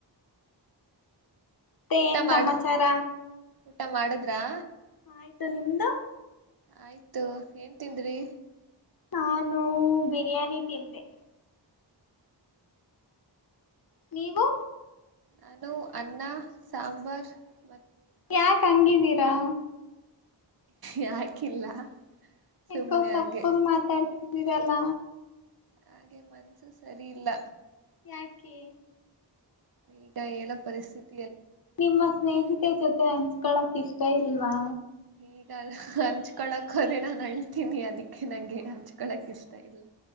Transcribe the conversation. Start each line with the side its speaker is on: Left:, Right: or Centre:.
Left: ತ್ತೆ
Right: ಊಟ
Left: ಏನ್
Right: ಮಾಡ
Left: ಸಮಾಚಾರ.
Right: ಊಟ ಮಾಡದ್ರಾ.
Left: ಆಯ್ತು ನಿಮ್ದು.
Right: ಆಯ್ತು ಏನ್ ತಿಂದ್ರಿ.
Left: ನಾನು ಬಿರಿಯಾನಿ ತಿಂದೆ. ನೀವು.
Right: ನಾನು ಅನ್ನ ಸಾಂಬಾರ್ ಮ
Left: ಯಾಕ್ ಹಂಗಿದೀರಾ.
Right: ಯಾಕಿಲ್ಲ. ಸುಮ್ನೆ
Left: ಏಕೋ ಸಪ್ಪಗ್
Right: ಹಾಗೆ
Left: ಮಾತಾಡ್ ಡ್ತಿದಿರಲ್ಲ.
Right: ಹಾಗೆ ಮನ್ಸು ಸರಿ ಇಲ್ಲ.
Left: ಯಾಕೆ.
Right: ಈಗಾ ಹೇಳೋ ಪರಿಸ್ಥಿತ್
Left: ನಿಮ್ಮ ಸ್ನೇಹಿತೆ ಜೊತ್ ತೆ ಹಂಚ್ಕೊಳಕ್ ಇಷ್ಟ ಇಲ್ವಾ.
Right: ಈಗ ಅಲ್ ಹಂಚ್ಕೊಳಕ್ ಹೋದ್ರೆ ನಾನ್ ಅಳ್ತೀನಿ ಅದಿಕ್ಕೆ ನಂಗೆ ಹಂಚ್ಕೊಳಕ್ ಇಷ್ಟ ಇಲ್ಲ.